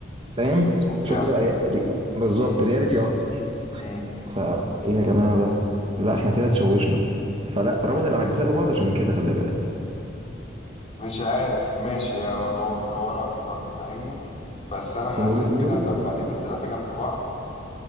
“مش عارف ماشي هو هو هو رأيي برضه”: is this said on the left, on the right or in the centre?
Left